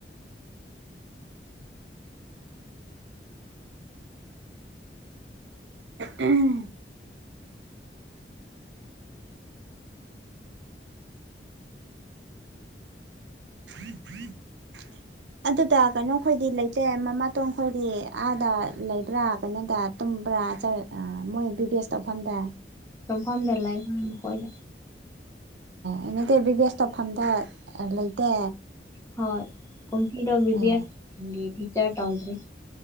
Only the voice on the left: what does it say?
ꯌꯨꯝꯐꯝꯗꯥ ꯂꯩꯕꯥꯅꯦ ꯃꯈꯣꯏꯗꯤ
ꯍꯣꯏ ꯀꯨꯝꯁꯤꯗꯣ ꯕꯤꯕꯤꯌꯦꯁ
ꯀꯤ ꯇꯧꯗꯔꯦ